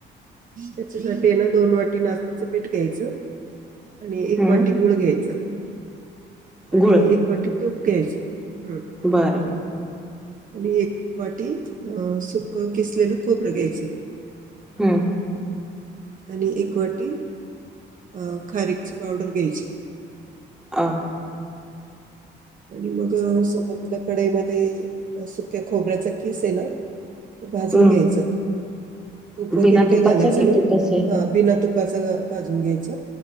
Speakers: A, on the right; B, in the centre.
A: त्याच्यासाठी आहे ना दोन वाटी नास्तेचं पीठ घ्यायचं आणि एक
B: हं.
A: वाटी गूळ घ्यायचा, आणि
B: गूळ.
A: एक वाटी तूप घ्यायच, हा.
B: बरं.
A: आणि एक वाटी अ सुक घिसलेलं खोबर घ्यायचं.
B: हम्म.
A: आणि एक वाटी अ खरीची पावडर घ्यायची.
B: आ.
A: आणि मग सोबत तिला कडईमध्ये सुक्या खोबऱ्याचा किस आहे ना. भाजून
B: हं.
A: घ्यायच तूप
B: बिना
A: वगैरे काही
B: तुपाचा
A: घालायचं
B: कि
A: नाही,
B: तुपाचा आहे?
A: हा. बिना तुपाच भाजून घ्यायच.